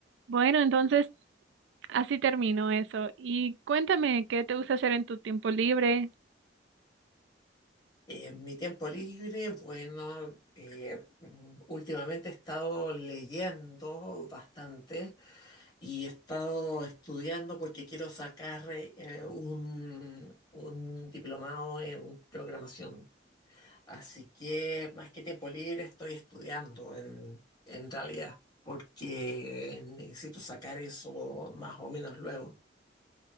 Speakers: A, on the right; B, on the left.
A: Bueno, entonces así terminó eso. Y cuéntame, ¿qué te gusta hacer en tu tiempo libre?
B: Eh, mi tiempo libre, bueno, eh, mm, últimamente he estado leyendo bastante y he estado estudiando porque quiero sacar eh, un, un diplomado en programación. Así que más que tiempo libre estoy estudiando en, en realidad porque necesito sacar eso más o menos luego.